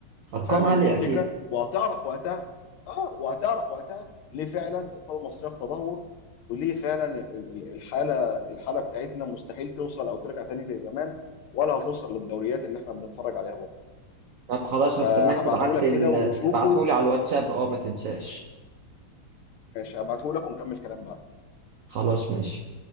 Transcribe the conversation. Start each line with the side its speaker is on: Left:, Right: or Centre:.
Right: ارقام
Left: فاهم
Right: عالية
Left: ال- الفكره
Right: اكيد
Left: وهتعرف وقتها اه وهتعرف وقتها ليه فعلا الكره المصريه في تدهور وليه فعلا ال- ال- الحاله الحاله بتاعتنا مستحيل توصل او ترجع تاني زي زمان ولا هتوصل للدوريات اللي احنا بنتفرج عليها برضه
Right: طب خلاص هستناك
Left: فهبعتهولك
Right: تبعت لي
Left: كده
Right: ال...
Left: وشوفه
Right: ابعتهولي على الواتساب اه ما تنساش
Left: ماشي هبعتهولك ونكمل كلام بعد
Right: خلاص ماشي